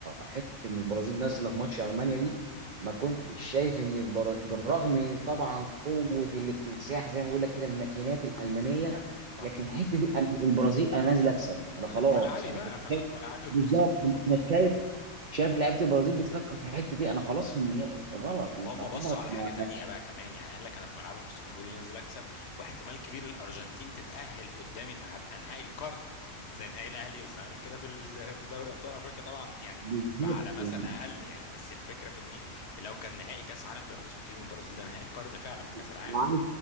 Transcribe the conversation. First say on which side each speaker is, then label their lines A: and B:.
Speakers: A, on the right; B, on the left.
A: حته ان البرازيل نازله في ماتش المانيا دي ما كنتش شايف ان البر... بالرغم طبعا قوه الاكتساح زي ما بقول لك كده الماكينات الالمانيه
B: صح
A: لكن الحته دي أنا البرازيل انا نازل اكسب انا
B: انا
A: خلاص
B: في ملعبي
A: انا
B: بقى
A: كنت
B: فانا
A: شايف
B: في ملعبي وفي
A: بالظبط
B: وسط جمهوري
A: انا شايف شايف لعيبه البرازيل بتفكر في الحته دي انا خلاص في النهائي غلط انت
B: وهم
A: عمرك
B: بصوا على
A: ما
B: حاجة تانية
A: ما-
B: بقى كمان يعني قال لك أنا في ملعبي في وسط جمهوري ونازل أكسب واحتمال كبير الأرجنتين تتأهل قدامي فهبقى نهائي القرن زي نهائي الأهلي والزمالك كده في ال- <laughs> في دوري أبطال أفريقيا طبعا يعني
A: بالظبط
B: بقى على مثل
A: يعني
B: أقل يعني بس الفكرة في إن إيه لو كان نهائي كأس عالم بالأرجنتين والبرازيل ده نهائي القرن فعلا في كأس
A: اه
B: العالم